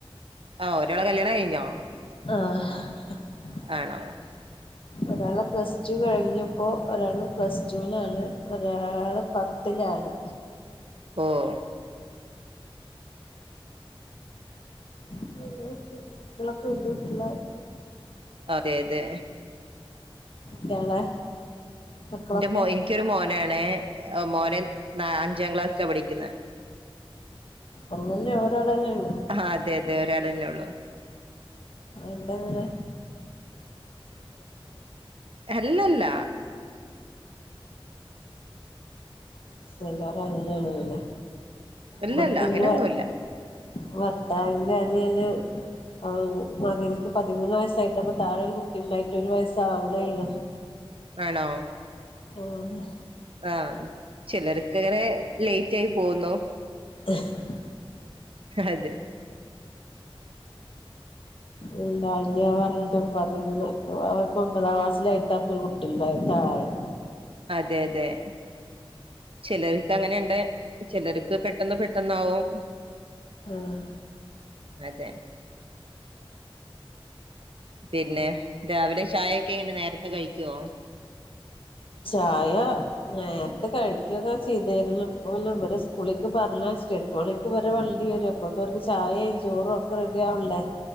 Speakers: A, on the right (about 70°); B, on the left (about 65°).
A: ആഹ് ഒരാളെ കല്യാണം കഴിഞ്ഞോ
B: ആഹ്
A: ആണോ
B: ഒരാളെ പ്ലസ് ടു കഴിഞ്ഞ്പ്പോ ഒരാള് പ്ലസ് ടു വിലാണ് ഒരാള് പത്തിലാണ്
A: ഓഹ്
B: അ പി കുട്ടികളൊക്കെ വല്യ കുട്ട്യാളായി
A: അതെ അതെ
B: ഇയാളെ മക്കളൊക്കെ
A: എന്റെ മോ എനിക്കൊരു മോനാണ് മോനെ നാ അഞ്ചാം ക്ലാസ്സില പഠിക്കുന്നെ
B: ഒന്നല്ലേ ഒരാളെല്ലേ ഉള്ളൂ
A: ആഹ അതെ അതെ ഒരാൾ അല്ലെ ഉള്ളൂ.
B: എന്തങ്ങനെ.
A: അല്ലല്ല.
B: ഇപ്പ എല്ലാരും അങ്ങനെയാണലാെല്ലെ
A: ഇല്ലല്ല
B: ഇവിടത്തെ
A: അങ്ങനെയൊന്നുല്ല
B: ഇന്റെ ഭർത്താവിന്റെ അനിയന് ആ മകനിക്ക് പതിമൂന്ന് വയസായിട്ടപ്പൊ താഴെരു കുട്ടിണ്ടായിട്ടൊ ഒരു വയസ്സാവ്ണോളളു.
A: ആണോ
B: ആഹ്
A: ആഹ് ചിലർക്ക്ങ്ങനെ ലേറ്റ് ആയി പോകുന്നു.
B: <unintelligible>
A: അതെ
B: ഉണ്ടാവില്ല എന്ന് പറഞ്ഞിട്ട് പതിപ്പ ഒമ്പതാം ക്ലാസിലായിട്ടപ്പൊ ഒരു കുട്ടിണ്ടായി താഴെ.
A: അതെ അതെ ചിലർക്ക് അങ്ങനെയുണ്ട്. ചിലർക്ക് പെട്ടെന്ന് പെട്ടെന്നാവും.
B: ആഹ്
A: അതെ പിന്നെ രാവിലെ ചായൊക്കെ എങ്ങനെ നേരത്തെ കഴിക്കോ
B: ചായ നേരത്തെ കഴിക്കുക്കെ ചെയ്തായിരുന്നു ഇപ്പ വരെ സ്കൂളിലക്ക് പറഞ്ഞെയചിട് എട്ട് മണിക്ക് ഇവരെ വണ്ടി വരും അപ്പഴൊക്കു അവർക്ക് ചായിം ചോറും ഒക്കെ റെഡി ആവണ്ടെ